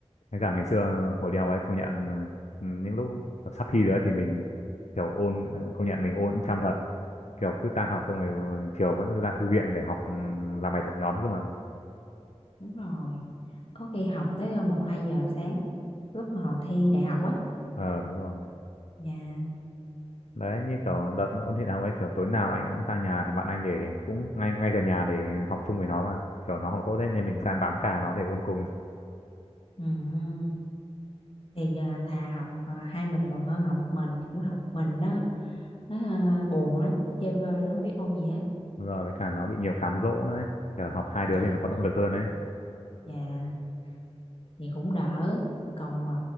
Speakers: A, on the left; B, on the left.
A: Thế cả ngày xưa hồi đi học ấy công nhận ừ, những lúc kiểu sắp thi rồi ấy thì mình kiểu ôn ờ, công nhận mình ôn chăm thật kiểu cứ tan học xong rồi ờ, chiều vẫn cứ ra thư viện để học ừ, làm bài tập nhóm cơ mà
B: đúng rồi có khi học tới ờ, một hai giờ sáng lúc mà hồi thi đại học á
A: ờ đúng rồi
B: dạ
A: đấy như kiểu đợt mà ôn thi đại học ấy kiểu tối nào anh cũng sang nhà thằng bạn anh để cũng ngay ngay gần nhà để học chung với nó mà kiểu nó học tốt đấy nên mình sang bám càng nó để ôn cùng
B: ừ, thì ờ, thà học ờ, hai mình còn hơn học một mình kiểu học mình đó nó ờ, buồn lắm nó chơi vơi nó không biết ôn gì hết
A: Đúng rồi với cả nó bị nhiều cám dỗ nữa ấy. kiểu học hai
B: dạ
A: đứa thì nó có động lực hơn đấy
B: dạ thì cũng đỡ còn ờ,